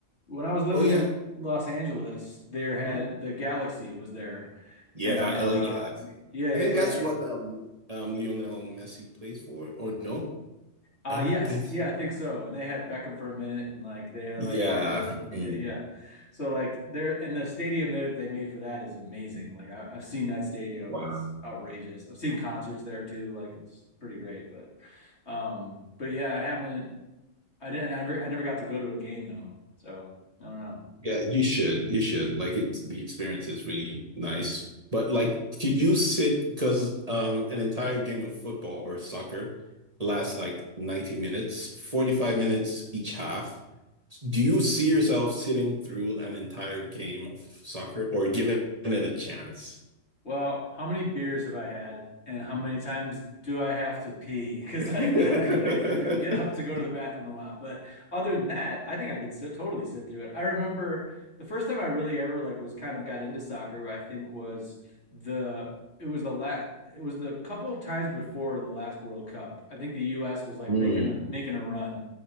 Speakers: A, on the left; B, on the right.
A: When I was living
B: Oh yeah.
A: in Los Angeles, there had
B: Uh-huh.
A: the Galaxy was there.
B: Yeah,
A: And uh
B: LA Galaxy.
A: yeah, yeah,
B: I think
A: yeah.
B: that's what um um Lionel Messi plays for, or no?
A: Uh
B: I
A: yes,
B: don't think so.
A: yeah, I think so. And they had Beckham for a minute and like they had
B: Yeah.
A: like, you know, like
B: Mm.
A: they- yeah. So like there and the stadium there that they made for that is amazing. Like I, I've seen that stadium.
B: Wow.
A: it's outrageous. I've seen concerts there too. Like it's pretty great, but um but yeah, I haven't I didn't I never I never got to go to a game though. So I don't know.
B: Yeah, you should. You should. Like it. the experience is really nice. But like could you sit because um an entire game of football or soccer lasts like 90 minutes, 45 minutes each half. Do you see yourself sitting through an entire game of soccer or giving it a chance?
A: Well, how many beers have I had, and how many times do I have to pee? Because
B: <laughs>
A: I, <laughs> I gotta get up to go to the bathroom a lot. But other than that, I think I could sit, totally sit through it. I remember the first time I really ever like was kind of got into soccer, I think was the it was the la it was the couple times before the last World Cup. I think the U.S. was like
B: Hmm.
A: making a, making a run,